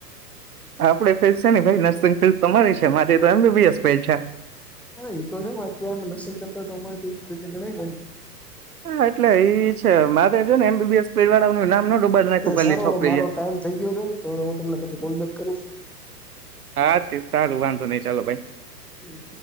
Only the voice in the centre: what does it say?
હા તો અત્યારે નર્સિંગ કરતા તો અમારે ગણાય એ એમ.
સારો
મારો
ટાઈમ થઈ ગયો છે તો હવે હું તમને પછી કોલ બેક કરું છું.
હમ.